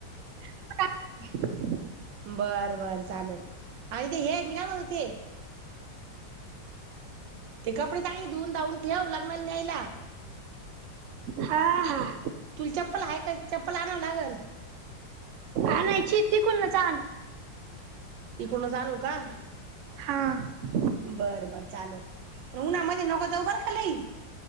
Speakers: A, on the right; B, on the right.
A: <unintelligible>
B: बरं -बर चालेल आणि ते हे मी कामत होते. ते कपडे चांगले धुन -धावून ठेवऊ लग्नांला न्यायला.
A: हां- हां.
B: तुला चप्पल आहेयं काय्, चप्पल आणावं लागल.
A: आणायचीअ तीकूनचं आण. -
B: ईकडून चं आणू का.?
A: हांअ.
B: बरं-बरं चालेल पणं उन्हामध्ये नको जाऊ बरं खालीई.